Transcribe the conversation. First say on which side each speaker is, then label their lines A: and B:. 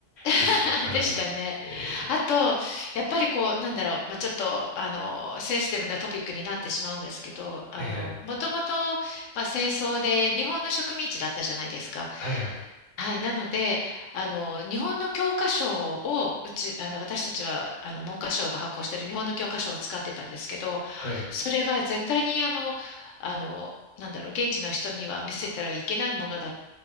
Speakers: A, on the left; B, on the left.
A: <laughs>
B: ですね、かなり。
A: でしたね。
B: ええ
A: あと、やっぱりこう、なんだろう、まあ、ちょっと、あの、センシティブなトピックになってしまうんですけど、
B: はいはい。
A: あの、もともと、まあ、戦争で日本の植民地だったじゃないですか。
B: はいはい。
A: はい。なので、あの、日本の教科書を、うち、あの、私たちは、あの、文科省が発行している日本の教科書を使ってたんですけど、
B: はい。
A: それは絶対に、あの、あの、なんだろう、現地の人には見せたらいけないものだっ